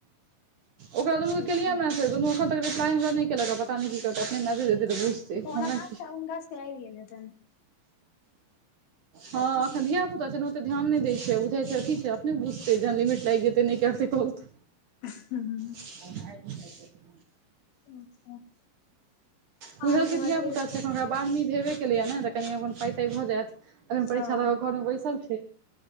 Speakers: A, on the right; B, on the left.
A: ओकरा दुनू केलियै
B: से छै
A: मैसेज दुनू एन तक रिप्लाई हम नहि केलक पता नहि की करत अपने मैसेज अतय तऽ बुझते हमरा
B: ओना टास्क
A: की
B: हुनका सबके आबि गेल हेतनि
A: हँ एखन धियापुता छै ने ओतऽ ध्यान नहि दै छै बुझाइ छै अथी अपने बुझते जहन लिमिट लागइए जतय नहि करतय बहुत
B: ह <unintelligible>
A: <unintelligible>
B: अच्छा
A: बुझलके
B: आर तोहर
A: धियापुता
B: के
A: छै एखन ओकरा बारही भेबे केलैए ने तऽ कनि अपन पाई ताई भऽ जायत अखन परीक्षा
B: ओ
A: देकय घर मऽ बैसल छै